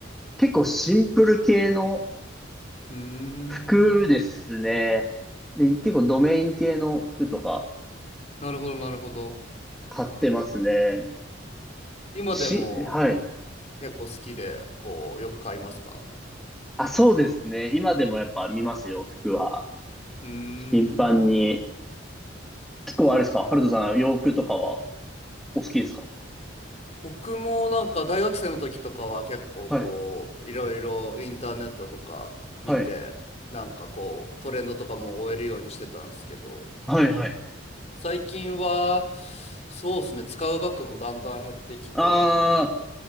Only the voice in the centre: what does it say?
結構シンプル系の
服ですね。で、結構ドメイン系の服とか
買ってますね。
し、はい。
あ、そうですね。今でもやっぱ見ますよ、服は。
頻繁に。結構あれですかハルトさん、
洋服とかはお好きですか
はい、はい、はい、はい。
あ